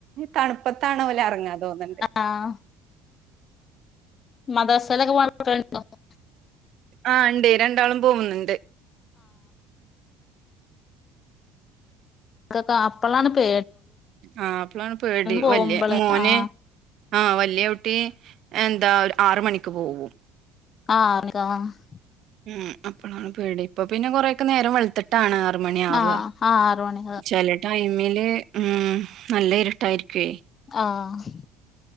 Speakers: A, on the right; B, on the left.
A: തണുപ്പത്താണ് ഓലെറങ്ങാ തോന്ന്ണ്ട്
B: ആഹ് മദ്രസെലൊക്കെ <unintelligible>
A: ആ ണ്ടേ രണ്ടാളും പോകുന്നുണ്ട്
B: ക്കൊ അപ്പളാണ് പേ
A: ആ അപ്പളാണ് പേടി
B: പോകുമ്പള്
A: വല്യ മോന്
B: ആഹ്
A: ആ വല്യ കുട്ടി എന്താ ആറ് മണിക്ക് പോകും
B: <unintelligible>
A: ഉം അപ്പളാണ് പേടി ഇപ്പൊ പിന്നെ കൊറെക്കെ നേരം വെളുത്ത്ട്ടാണ് ആറ് മണിയാവ
B: ആഹ് ആറ് മണി
A: ചെല ടൈമില് ഉം നല്ല ഇരുട്ടായിരിക്കേ
B: ആഹ്